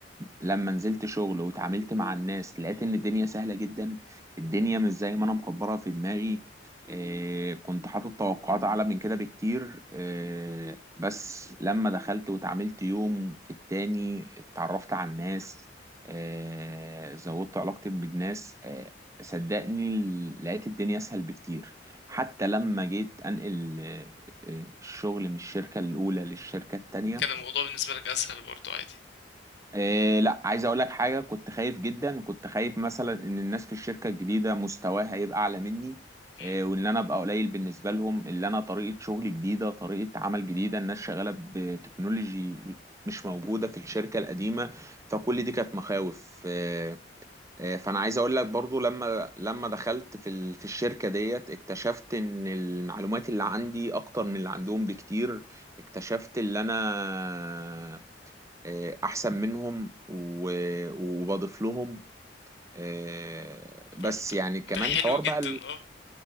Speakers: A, on the right; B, on the left.
A: لما نزلت شغل واتعاملت مع الناس لقيت ان الدنيا سهلة جدا الدنيا مش زي ما انا مكبرها في دماغي إيه كنت حاطط توقعات اعلى من كده بكتير إيه بس لما دخلت واتعاملت يوم في التاني اتعرفت على الناس إيه زودت علاقتي بالناس إيه صدقني لقيت الدنيا اسهل بكتير حتى لما جيت انقل إيه، إيه، الشغل من الشركة الاولى للشركة التانية
B: كان الموضوع بالنسبه لك اسهل برضو عادي
A: إيه لا عايز اقول لك حاجه كنت خايف جدا كنت خايف مثلا ان الناس في الشركه الجديده مستواها هيبقى اعلى مني
B: مم.
A: إيه وان انا ابقى قليل بالنسبه لهم اللي انا طريقه شغل جديده طريقه عمل جديده الناس شغاله بتكنولوجي مش موجوده في الشركه القديمه فكل دي كانت مخاوف إيه إيه فانا عايز اقول لك برضو لما لما دخلت في ال- في الشركه ديت اكتشفت ان المعلومات اللي عندي اكتر من اللي عندهم بكتير اكتشفت اللي انا آه، احسن منهم و- وبضيف لهم آه، بس
B: طب ده
A: يعني كمان
B: ده حلو
A: حوار
B: جدا
A: بقى
B: اه